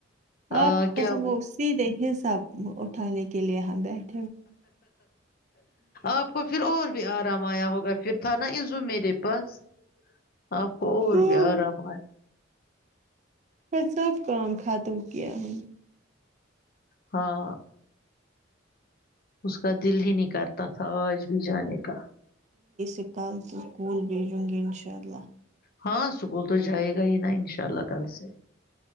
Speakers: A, on the left (about 50°); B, on the right (about 35°).
A: آ،
B: آپ کی
A: کیا
B: قسم وہ سیدھے حساب اٹھانے کے لیے یہ بیٹھ
A: آپ کو پھر اور بھی آرام آیا ہوگا پھر تھا نا ازو میرے پاس اپ کو اور
B: ہاں،
A: بھی ارام ایا ہو
B: پ سب کام ختم کیا ہے
A: ہاں اس کا دل ہی نکارتا تھا آج بھی جانے کا
B: ا کال سے سکول بھی جن گی ا ان شاء اللہ
A: ہاں سکول تو جائے گا ہی نا ان شاء اللہ کل سے